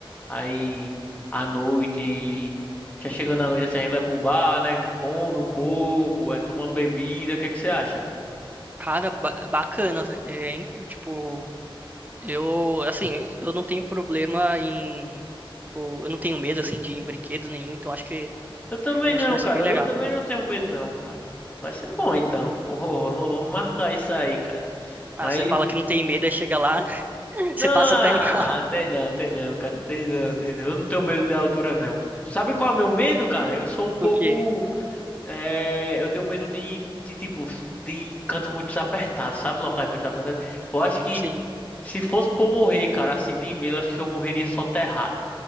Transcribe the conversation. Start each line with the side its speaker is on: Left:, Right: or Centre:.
Left: aí à noite, já chegando à noite assim, a gente vai pro bar, né? Come um pouco, é, toma uma bebida, o que é que você acha?
Right: Cara, ba- bacana, hein? Eu, tipo, eu, assim, eu não tenho problema em. tipo, Eu não tenho medo, assim, de ir em brinquedos nenhum, então acho que,
Left: Eu também
Right: acho
Left: não,
Right: que vai ser
Left: cara,
Right: bem
Left: eu
Right: legal.
Left: também não tenho medo não, cara. Vai ser bom então. <laughs> Pô, vamos, vamos marcar isso aí, cara.
Right: Ah,
Left: Mas
Right: você fala que não tem medo, aí chega lá, <laughs>
Left: não,
Right: você passa até na, <laughs>
Left: tem não, tem não, cara, tem não, tem não. Eu não tenho medo da altura não. Sabe qual é o meu medo, cara? Eu sou um pouco
Right: o quê?
Left: É, eu tenho medo de, de, tipo, de canto muito apertado, sabe? Locais muito apertados. Eu acho que
Right: Sim,
Left: se fosse por morrer, cara, assim, de medo, eu acho que eu morreria soterrado.